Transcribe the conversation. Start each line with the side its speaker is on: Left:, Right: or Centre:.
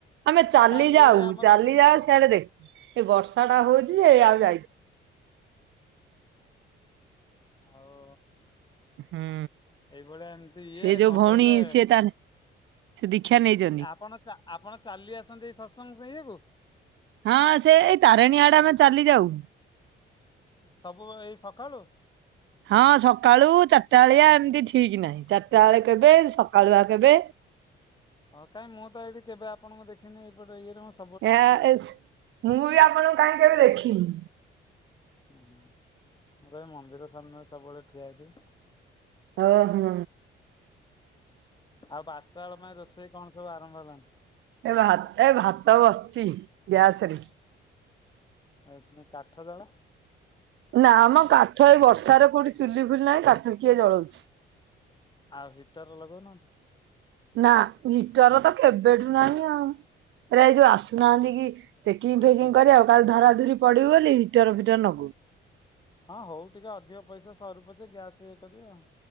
Right: ଆମେ ଚାଲି
Left: କାଲି
Right: ଯାଉ,
Left: ବି ଆମର
Right: ଚାଲି
Left: ଏଇଠି
Right: ଯାଉ ସେ ଆଡେ ଦେଖ! ଏଇ ବର୍ଷା ଟା ହଉଚି ଯେ ଆଉ ଯାଇ
Left: ଆଉ
Right: ହୁଁ।
Left: ଏଇଭଳିଆ ଏମିତି ଇଏ,
Right: ସେ ଯୋଉ
Left: କଣ
Right: ଭଉଣୀ
Left: କହିଲେ
Right: ସିଏ ତା ସେ ଦୀକ୍ଷା ନେଇଚ
Left: ଆପଣ ଚା ଆପଣ ଚାଲି ଆସନ୍ତି, ଏ ସତ୍ସଙ୍ଗ ଶୁଇଆକୁ।
Right: ହଁ, ସେ ଏଇ ତାରିଣୀ ଆଡେ ଆମେ ଚାଲି ଯାଉ।
Left: ସବୁ ଏଇ ସକାଳୁ!
Right: ହଁ, ସକାଳୁ ଚାରିଟା ଆଳିଆ ଏମିତି ଠିକ୍ ନାହିଁ। ଚାରିଟା ଏଳେ କେବେ, ସକାଳୁଆ କେବେ?
Left: ହଁ, କାଇଁ ମୁଁ ତ ଏଇଠି କେବେ ଆପଣଙ୍କୁ ଦେଖିନି? ଏଇପଟେ ଇଏରେ ମୁଁ ସେ
Right: ଏଆ ଇସ୍ ମୁଁ, ବି ଆପଣଙ୍କୁ କାହିଁ କେବେ ଦେଖିନି?
Left: ହୁଁଁ, ମୁଁ ତ ଏଇ ମନ୍ଦିର ସାମ୍ନାରେ ସବୁବେଳେ ଠିଆ ହେଇଥାଏ।
Right: ଓ, ହଁ!
Left: ଆଉ, ବାରଟା ବେଳ ପାଇଁ ରୋଷେଇ କଣ ସବୁ ଆରମ୍ଭ ହେଲାଣି?
Right: ଏ ଭା, ଏ ଭାତ ବସିଛି ଗ୍ୟାସ୍ ରେ।
Left: ଆ ଏ ଦିନ କାଠ ଜାଳ
Right: ନାଁ, ମ କାଠ ଏ ବର୍ଷାରେ କୋଉଠି ଚୁଲି ଫୁଲି ନାହିଁ, କାଠ କିଏ ଜଳଉଛି?
Left: ଆଉ ହିଟର ଲଗଉନାହାଁନ୍ତି?
Right: ନା ହିଟର ତ କେବେଠୁ ନାହିଁ ଆଉ। ଏରା ଏ ଯୋଉ ଆସୁନାହାଁନ୍ତି କି ଚେକିଙ୍ଗ
Left: ଚେକିଂ
Right: ଫେକିଂ କରିଆକୁ କାଳେ ଧରାଧୁରି ପଡିବୁ ବୋଲି ହିଟର ଫିଟର ନଗଉ
Left: ହଁ, ହଉ ଟିକେ ଅଧିକ ପଇସା ସରୁ ପଛେ ଗ୍ୟାସ୍ ଇଏ କରିବି ଆଉ।